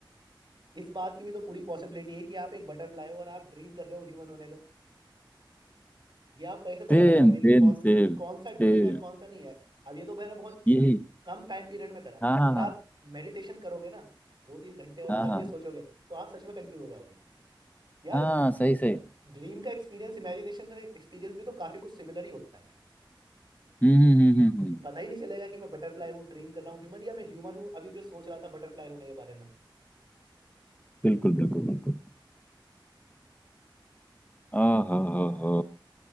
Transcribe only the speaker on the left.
Same
same
same
सेम
यही
हाँ
हाँ
हाँ
हाँ
हाँ हाँ सही सही
हम्म हम्म हम्म हम्म हम्म।
बिल्कुल बिल्कुल बिल्कुल ओहो हो हो